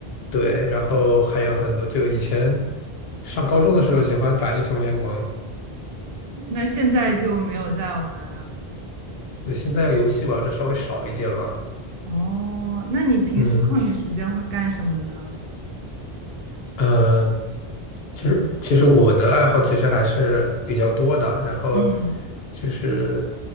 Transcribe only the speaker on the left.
对，然后还有很多，就以前上高中的时候喜欢打英雄联盟，
对，现在游戏玩的稍微少一点了。
嗯嗯，呃其实其实我的爱好其实还是比较多的，然后
就是